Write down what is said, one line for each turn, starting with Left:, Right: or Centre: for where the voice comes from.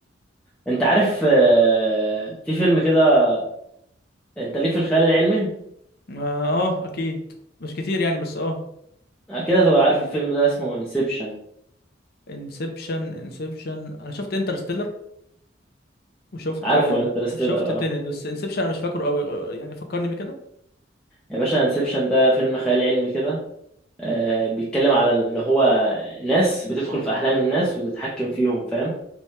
Centre: انت عارف آه، في فيلم كده انت ليك في الخيال العلمي
Left: اه آه، اكيد مش كتير يعني بس اه
Centre: اكيد هتبقى عارف الفيلم ده اسمه انسبشن
Left: انسبشن انسبشن انا شفت انترستيلر وشفت
Centre: عارفه
Left: آه،
Centre: انترستيلر
Left: شفت تينت
Centre: اه
Left: بس انسبشن انا مش فاكره قوي يعني فكرني بيه كده
Centre: يا باشا انسبشن ده فيلم خيال علمي كده آه، بيتكلم على اللي هو ناس بتدخل في احلام الناس وتتحكم فيهم فاهم